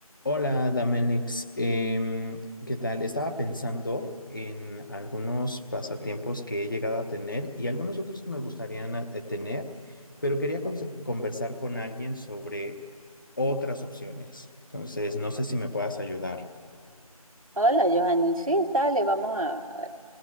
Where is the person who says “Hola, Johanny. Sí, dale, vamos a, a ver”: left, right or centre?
Right